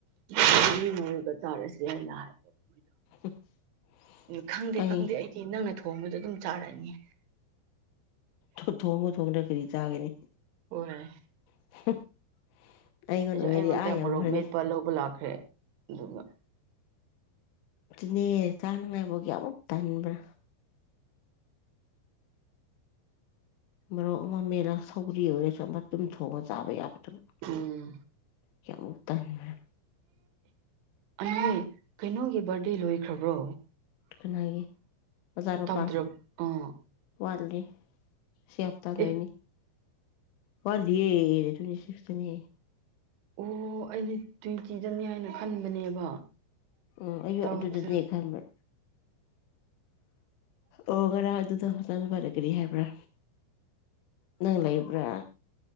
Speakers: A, on the right; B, on the left.
A: <unintelligible> ꯉꯧꯔꯒ ꯆꯥꯔꯁꯦ ꯍꯥꯏꯅ ꯍꯥꯏꯕ ꯃꯣꯏꯗ
B: <inaudible>
A: ꯈꯪꯗꯦ
B: ꯑꯩ
A: ꯈꯪꯗꯦ ꯑꯩꯗꯤ ꯅꯪꯅ ꯊꯣꯡꯕꯗꯨ ꯑꯗꯨꯝ ꯆꯥꯔꯅꯤ
B: ꯊꯊꯣꯡꯕ ꯊꯣꯡꯗ꯭ꯔ ꯀꯔꯤ ꯆꯥꯒꯅꯤ
A: ꯍꫭꯏ
B: <unintelligible>
A: ꯑꯩꯁꯨ
B: ꯑꯣꯏꯔꯗꯤ
A: ꯑꯩꯉꯣꯟꯗ
B: ꯑꯥ ꯌꯧꯈ꯭ꯔꯅꯤ
A: ꯃꯣꯔꯣꯛ ꯃꯦꯠꯄ ꯂꯧꯕ ꯂꯥꯛꯈ꯭ꯔꯦ ꯑꯗꯨꯒ
B: ꯗꯨꯅꯦ ꯆꯥꯅꯉꯥꯏꯕꯨꯛꯒꯤ ꯑꯃꯨꯛ ꯇꯟꯕ꯭ꯔꯥ ꯃꫭꯔꫭꯛ ꯑꯃ ꯃꯦꯠꯂ ꯁꯧꯒꯔꯤ ꯑꯣꯏꯔ ꯁꯨ ꯑꯃ ꯗꯨꯨꯝ ꯊꯣꯡꯉ ꯆꯥꯕ ꯌꯥꯕꯗꯨꯕꯨ
A: ꯎꯝ
B: ꯀꯌꯥꯃꯨꯛꯇꯟꯒ꯭ꯔꯦ
A: ꯑꯦ <unintelligible> ꯀꯩꯅꯣꯒꯤ ꯕꯥꫪꯗꯦ ꯂꯣꯏꯈ꯭ꯔꯕ꯭ꯔꯣ
B: ꯈꯨꯅꯥꯏꯒꯤ ꯑꯣꯖꯥꯅꯨꯄꯥ
A: ꯇꯧꯗ꯭ꯔ ꯑꯥ
B: ꯋꯥꯠꯂꯤ ꯁꯤꯌꯥꯐꯇꯥ ꯂꫭꯏꯅꯤ
A: ꯑꯦ
B: ꯋꯥꯗꯤꯌꯦ ꯗꯦ ꯇ꯭ꯋꯦꯟꯤ ꯁꯤꯛꯁ ꯇꯅꯦ
A: ꯑꯣ ꯑꯩꯅ ꯇ꯭ꯋꯦꯟꯇꯤꯗꯅꯤ ꯍꯥꯏꯅ ꯈꯟꯕꯅꯦꯕ
B: ꯎꯝ ꯑꯩꯨ
A: ꯇꯧꯗ꯭ꯔ
B: ꯑꯗꯨꯗꯅꯦ ꯈꯟꯕ꯭ꯔꯥ ꯑꯣꯉꯔꯥꯡ ꯑꯗꯨꯗꫭ ꯂꯩ ꯅꯪ ꯅꯨꯄꯥꯗ ꯇꯧ ꯠꯍꯥꯏꯕꯥꯄꯒꯔꯤꯄ ꯍꯥꯏꯕ꯭ꯔꯥ ꯅꯪ ꯂꯩꯕ꯭ꯔꯥ